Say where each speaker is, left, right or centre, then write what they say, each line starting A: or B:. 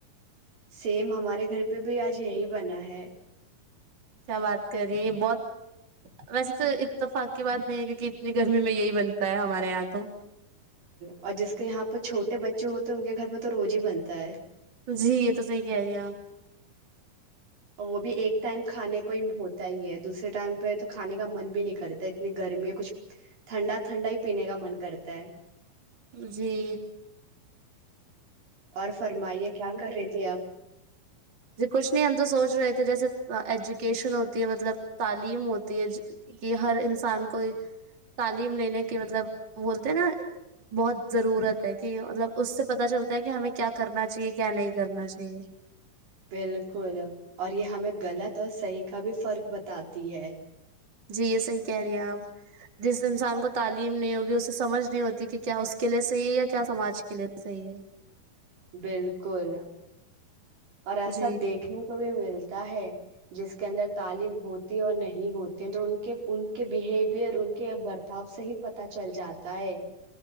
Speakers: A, on the right; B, on the right.
A: سیم ہمارے گھر پہ بھی آج یہی بنا ہے
B: کیا بات کر رہی ہے یہ بہت ویسے تو اتفاق کی بات نہیں ہے کیونکہ اتنی گرمی میں یہی بنتا ہے ہمارے یہاں تو
A: اور جس کے یہاں پہ چھوٹے بچے ہوتے ہیں ان کے گھر پہ تو روز ہی بنتا ہے
B: جی یہ تو صحیح کہہ رہی ہیں آپ
A: وہ بھی ایک ٹائم کھانے کو ہی ہوتا ہی ہے دوسرے ٹائم پہ تو کھانے کا من بھی نہیں کرتا اتنی گرمی ہے کچھ ٹھنڈا ٹھنڈا ہی پینے کا من کرتا ہے
B: جی
A: اور فرمائیے کیا کر رہی تھی اب
B: ج کچھ نہیں ہم تو سوچ رہے تھے جیسے ایجوکیشن ہوتی ہے مطلب تعلیم ہوتی ہے کہ ہر انسان کو تعلیم لینے کی مطلب بولتے ہیں نا بہت ضرورت ہے کہ مطلب اس سے پتہ چلتا ہے کہ ہمیں کیا کرنا چاہیے کیا نہیں کرنا چاہے
A: بالکل اور یہ ہمیں غلط اور صحیح کا بھی فرق بتاتا تی ہے <unintelligible>
B: جی یہ صحیح کہہ رہی ہیں آپ جس انسان کو تعلیم نہیں ہوگی اسے سمجھ نہیں ہوتی کہ کیا اس کے لیے صحیح ہے یا کیا سماج کے لیے صحیح ہے
A: بالکل اور ایسا
B: جی
A: دیکھنے کو بھی ملتا ہے جس کے اندر تعلیم ہوتی اور نہیں ہوتی تو ان کے ان کے بہیویئر ان کے برتاؤ سے ہی پت چل جاتا ہے